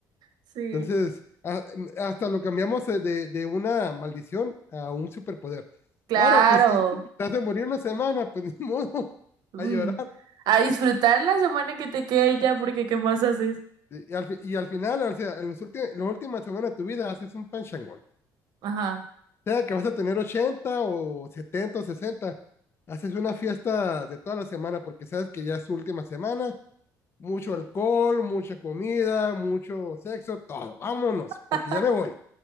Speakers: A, on the right; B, on the left.
A: sí.
B: Entonces, a- hasta lo cambiamos eh, de, de una maldición a un superpoder.
A: Claro.
B: Ahora que si te vas a morir una semana, pues ni modo, <laughs>
A: Mm.
B: a llorar.
A: A disfrutar la semana que te quede ya, porque ¿qué más haces?
B: Y, y al, fi- y al final, o sea, en los últimos, las últimas semanas de tu vida haces un panchangón.
A: Ajá.
B: sea que vas a tener 80 o 70 o 60 haces una fiesta de toda la semana porque sabes que ya es su última semana, mucho alcohol, mucha comida, mucho sexo, todo. Vámonos,
A: <laughs>
B: porque ya me voy.
A: <laughs>